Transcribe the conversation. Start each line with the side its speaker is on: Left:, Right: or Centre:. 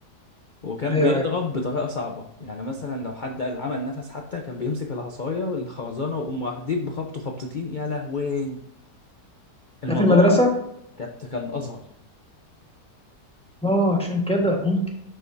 Left: وكان
Centre: ايوه
Left: بيضرب
Centre: ايوه
Left: بطريقة صعبة يعني مثلا لو حد قال عمل نفس حتى كان بيمسك العصاية والخرزانة ويقوم راح ديب بخبطه خبطتين يا لهوي الموضوع
Centre: ده في المدرسه
Left: كانت كان أزهر
Centre: اه عشان كده ممكن